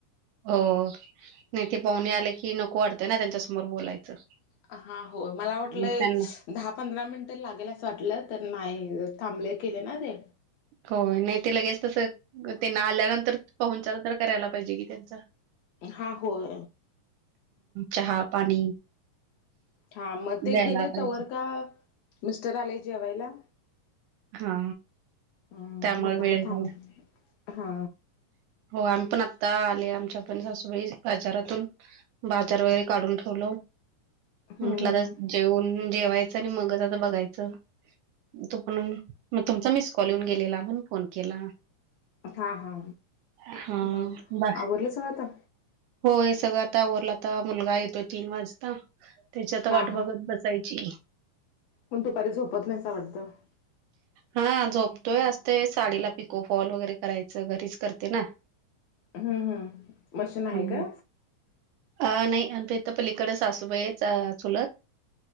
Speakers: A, on the right; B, on the left.
A: हो नाई ते पाहुणे आले की नको वाटतय ना त्यांच्यासमोर बोलायचं
B: हा होय मला वाटलं
A: मग त्यांना
B: एक दहा पंधरा मिनटं लागेल असं वाटलं तर नाही थांबले केले ना ते
A: हो नाही ते लगेच तसं त्यांना आल्यानंतर पाहुणचार तर करायला पाहिजे कि त्यांचा
B: हा होय
A: चहा पाणी
B: हा म ते
A: द्यायला
B: गेले
A: पाहिजे
B: तवर का मिस्टर आले जेवायला
A: हा
B: ह
A: त्यामुळे
B: म्हणताना
A: वेळ झाला
B: थांबलो मी हा
A: हो आम्ही पण आता आले आमच्या पण सासूबाई बाजारातून बाजार वगैरे काढून ठेवलो
B: हम्म
A: म्हटलं आता
B: हम्म
A: जेवून जेवायचं आणि मगच आता बघायचं तो पणून मग तुमचा मिस कॉल येऊन गेलेला म्हणून फोन केला <inaudible>
B: हां हा,
A: हा
B: मग
A: बा
B: आवरलं सगळ आता?
A: होय, सगळं आता आवरलं. आता मुलगा येतो तीन वाजता, त्याची आता वाट
B: हा
A: बघत बस. असायची.
B: कोण दुपारी झोपत नाहीसा वाटतं <inaudible>
A: हा, झोपतोय. असते साडीला पिको फॉल वगैरे करायचं, घरीच करते ना?
B: हम्म, हम्म. मशीन आहे
A: हं.
B: का?
A: अ नाही आ त इथं पलीकडे सासूबाच चुलत <inaudible>